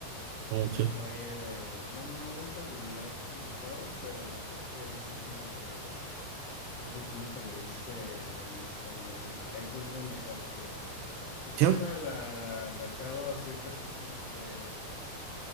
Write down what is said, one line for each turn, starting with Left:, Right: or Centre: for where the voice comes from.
Right: Como
Left: un
Right: que-
Left: detalle de, bueno, no inseguridad como tal, pero yo creo que es así como que, así como se le dice en, en español, entitlement, o sea que, que sí,
Right: ¿Qué?
Left: o sea, la, la, la chava siente así como que